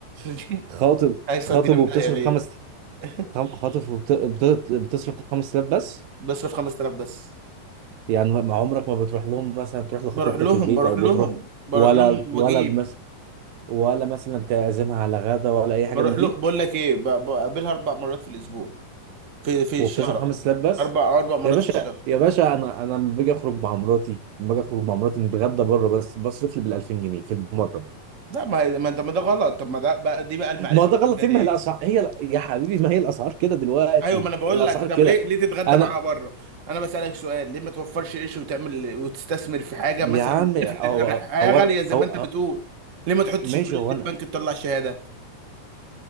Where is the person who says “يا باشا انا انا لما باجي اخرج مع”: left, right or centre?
Right